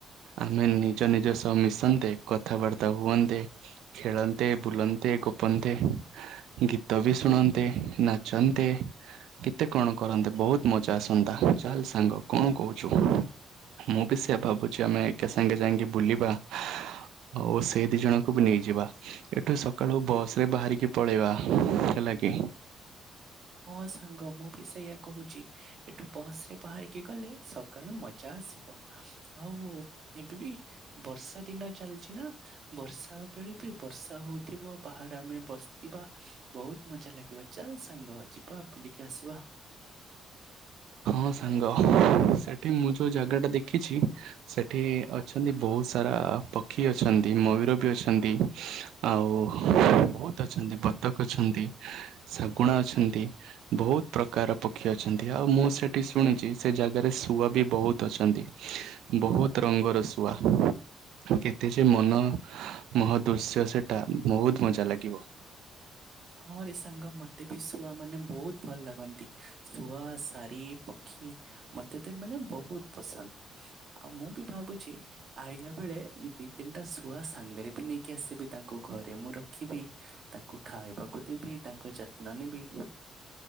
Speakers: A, on the right; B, on the right.
A: ଆମେ ନିଜ ନିଜ ସହ ମିଶନ୍ତେ କଥାବାର୍ତ୍ତା ହୁଅନ୍ତେ। ଖେଳନ୍ତେ ବୁଲନ୍ତେ ଗୋପନ୍ତେ ଗୀତ ବି ଶୁଣନ୍ତେ ନାଚନ୍ତେ କେତେ କଣ କରନ୍ତେ ବହୁତ ମଜା ଆସନ୍ତା ଚାଲ ସାଙ୍ଗ କଣ କହୁଛୁ? ମୁଁ ବି ସେ ଭାବୁଛି ଆମେ ଏକା ସାଙ୍ଗେ ଯାଇକି ବୁଲିବା। ହଉ ସେଇ ଦି ଜଣଙ୍କୁ ବି ନେଇଯିବା। ଏଠୁ ସକାଳୁ ବସ ରେ ବାହାରିକି ପଳେଇବା ହେଲା କି
B: ହଁ ସାଙ୍ଗ ମୁଁ ବି ସେଇୟା କହୁଛି ଏଠୁ ବସ ରେ ବାହାରିକି ଗଲେ ସକାଳୁ ମଜା ଆସିବ। ଆଉ ଏବେ ବି ବର୍ଷା ଦିନ ଚାଲିଛି ନା ବର୍ଷା ବେଳେ ବି ବର୍ଷା ହଉଥିବ ବାହାରେ ଆମେ ବସିଥିବା ବହୁତ ମଜା ଲାଗିବ ଚାଲ ସାଙ୍ଗ ଯିବା ବୁଲିକି ଆସିବା।
A: ହଁ ସାଙ୍ଗ ସେଠି ମୁଁ ଯୋଉ ଜାଗା ଟା ଦେଖିଛି ସେଠି ଅଛନ୍ତି ବହୁତ ସାରା ପକ୍ଷୀ ଅଛନ୍ତି ମୟୂର ବି ଅଛନ୍ତି। ଆଉ ବହୁତ ଅଛନ୍ତି ବତକ ଅଛନ୍ତି। ଶାଗୁଣା ଅଛନ୍ତି ବହୁତ ପ୍ରକାର ପକ୍ଷୀ ଅଛନ୍ତି ଆଉ ମୁଁ ସେ ସେଠି ଶୁଣିଛି ସେ ଜାଗାରେ ଶୁଆ ବି ବହୁତ ଅଛନ୍ତି। ବହୁତ ରଙ୍ଗର ଶୁଆ। କେତେ ଯେ ମନ ମୋହ ଦୃଶ୍ୟ ସେଇଟା ବହୁତ ମଜା ଲାଗିବ।
B: ହଁ ରେ ସାଙ୍ଗ ମତେ ବି ଶୁଆ ମାନେ ବହୁତ ଭଲ ଲାଗନ୍ତି ଶୁଆ ସାରି ପକ୍ଷୀ ମତେ ତ ଏମାନେ ବହୁତ ପସନ୍ଦ ଆଉ ମୁଁ ବି ଭାବୁଛି ଆଇଲା ବେଳେ ଦି ତିନିଟା ଶୁଆ ସାଙ୍ଗରେ ବି ନେଇକି ଆସିବି ତାଙ୍କୁ ଘରେ ମୁଁ ରଖିବି ତାଙ୍କୁ ଖାଇବାକୁ ଦେବି ତାଙ୍କ ଯତ୍ନ ନେବି